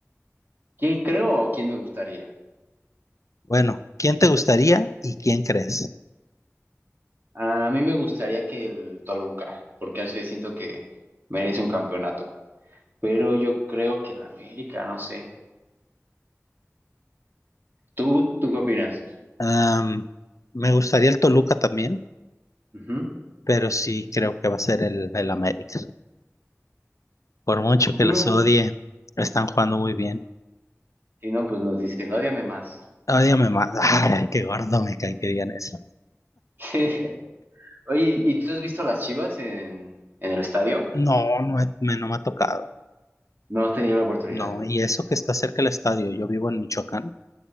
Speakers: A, on the right; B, on the left.
A: ¿Quién creo o quién me gustaría?
B: Bueno, ¿quién te gustaría y quién crees?
A: A mí me gustaría que el Toluca, porque así siento que merece un campeonato. Pero yo creo que el América, no sé. ¿Tú, tú qué opinas?
B: Am, me gustaría el Toluca también,
A: Ujú.
B: pero sí creo que va a ser el, el América. Por mucho
A: No.
B: que los odie, están jugando muy bien.
A: Si no, pues nos dicen, ódiame más.
B: Ódiame más. Ay, qué gordo me cae que digan eso.
A: <laughs> Oye, ¿y tú has visto a las Chivas en, en el estadio?
B: No, no, he- me, no me ha tocado.
A: No has tenido la oportunidad.
B: No, y eso que está cerca del estadio. Yo vivo en Michoacán